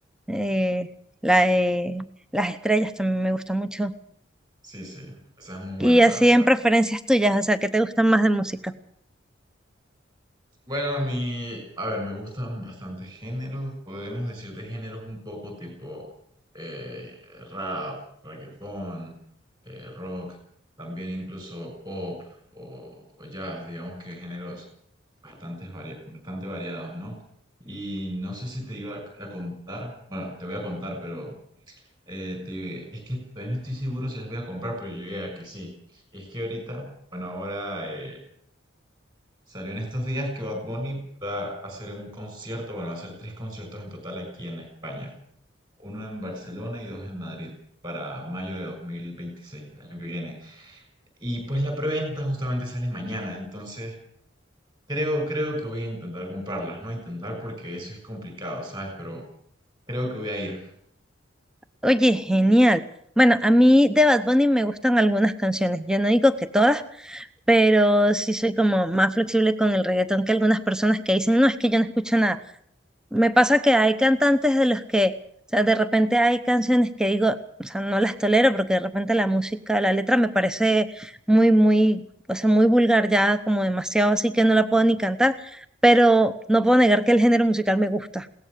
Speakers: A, in the centre; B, on the right.
A: eh, la de Las Estrellas también me gusta mucho.
B: Sí, sí, esa es muy buena,
A: Y
B: la
A: así
B: verdad.
A: en preferencias tuyas, o sea, ¿qué te gustan más de música?
B: Bueno, a mí, a ver, me gustan bastantes géneros. Podemos decir de géneros un poco tipo eh, rap, reggaetón, eh, rock, también incluso pop o, o jazz, digamos que géneros bastantes varia- bastante variados, ¿no? Y no sé si te iba a a contar, bueno, te voy a contar, pero Eh, te- es que todavía no estoy seguro si las voy a comprar, pero yo diría que sí. es que ahorita, bueno, ahora eh, salió en estos días que Bad Bunny va a hacer un concierto, bueno, va a hacer tres conciertos en total aquí en España. Uno en Barcelona y dos en Madrid para mayo de dos mil veintiséis el año que viene. Y pues la preventa justamente sale mañana, entonces creo, creo que voy a intentar comprarlas, no intentar porque eso es complicado, ¿sabes? Pero creo que voy a ir.
A: Oye, genial. Bueno, a mí de Bad Bunny me gustan algunas canciones. Yo no digo que todas, pero sí soy como más flexible con el reggaetón que algunas personas que dicen, no, es que yo no escucho nada. Me pasa que hay cantantes de los que, o sea, de repente hay canciones que digo, o sea, no las tolero porque de repente la música, la letra me parece muy, muy, o sea, muy vulgar ya, como demasiado así que no la puedo ni cantar, pero no puedo negar que el género musical me gusta.